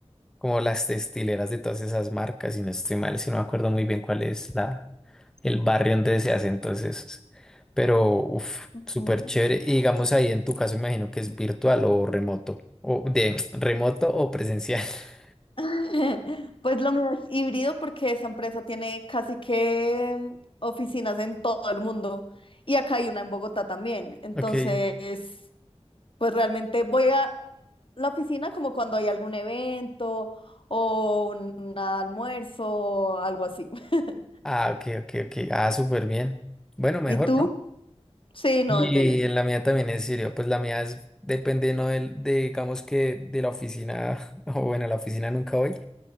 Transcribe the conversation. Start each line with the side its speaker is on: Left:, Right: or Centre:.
Centre: como las textileras de todas esas marcas, y no estoy mal, si no me acuerdo muy bien cuál es la, el barrio donde se hace entonces. Pero, uff,
Left: Ujú.
Centre: súper chévere. Y digamos ahí en tu caso, me imagino que es virtual o remoto, o de remoto o presencial. <laughs>
Left: <laughs> Pues lo mío es híbrido porque esa empresa tiene casi que mm, oficinas en todo el mundo y acá hay una en Bogotá también. Entonces,
Centre: Ok.
Left: pues realmente voy a la oficina como cuando hay algún evento o un almuerzo, algo así. <laughs>
Centre: Ah, ok, ok, ok. Ah, súper bien. Bueno, mejor,
Left: ¿Y tú?
Centre: ¿no?
Left: Sí, no,
Centre: Y
Left: es Delhi.
Centre: en la mía también es serio, pues la mía es, depende no del- de, digamos que de la oficina, <laughs> o bueno, a la oficina nunca voy,